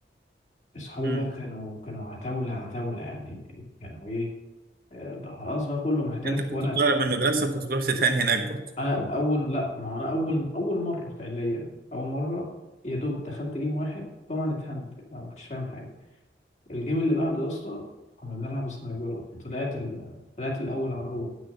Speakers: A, on the left; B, on the right.
A: اصحابي
B: مم.
A: بقى كانوا كانوا عتاولة عتاولة يعني كانوا ايه آه، بقى خلاص بقى كله محترف
B: أنت كنت
A: وانا
B: بتهرب من المدرسة وكنت بتروح تتهان هناك برضه
A: انا اول لا ما هو انا اول اول مرة فعليا اول مرة يا دوب دخلت جيم واحد طبعا اتهمت انا ما كنتش فاهم حاجة الجيم اللي بعده يا اسطى كنا بنلعب سنايبرات طلعت ال... طلعت الاول على الروم